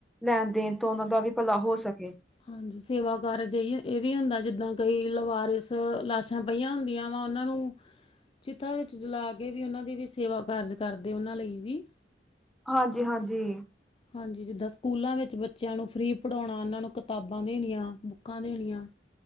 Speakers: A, in the centre; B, on the left (about 30°).
A: ਲੈਣ- ਦੇਣ ਤੋਂ ਉਹਨਾਂ ਦਾ ਵੀ ਭਲਾ ਹੋ ਸਕੇ
B: ਹਾਂਜੀ, ਸੇਵਾ ਕਾਰਜਹੀ ਇਹ ਵੀ ਹੁੰਦਾ, ਜਿੱਦਾਂ ਕਈ ਲਵਾਰਿਸ ਲਾਸ਼ਾਂ ਪਈਆਂ ਹੁੰਦੀਆਂ ਵਾ, ਉਹਨਾਂ ਨੂੰ ਚਿਤਾ ਵਿੱਚ ਜਲਾ ਕੇ ਵੀ ਉਹਨਾਂ ਦੀ ਵੀ ਸੇਵਾ ਕਾਰਜ ਕਰਦੇ ਉਹਨਾਂ ਲਈ ਵੀ।
A: ਹਾਂਜੀ, ਹਾਂਜੀ
B: ਹਾਂਜੀ, ਜਿੱਦਾਂ ਸਕੂਲਾਂ ਵਿੱਚ ਬੱਚਿਆਂ ਨੂੰ ਫਰੀ ਪੜ੍ਹਾਉਣਾ, ਉਹਨਾਂ ਨੂੰ ਕਿਤਾਬਾਂ ਦੇਣੀਆਂ, ਬੁੱਕਾਂ ਦੇਣੀਆਂ।